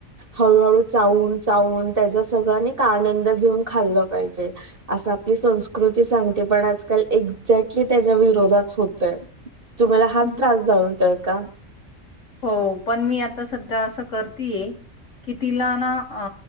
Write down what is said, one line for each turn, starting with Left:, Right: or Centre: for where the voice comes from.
Right: हळूहळू चावून चावून त्याचा सगळं नी का आनंद घेऊन खाल्ल पाहिजे असं आपली संस्कृती सांगते पण आजकाल एक्झॅक्टली त्याच्या विरोधात होतय तुम्हाला हाच
Left: हं.
Right: त्रास जाणवतोय का
Left: हो पण मी आता सध्या असं करतीये की तिला ना अ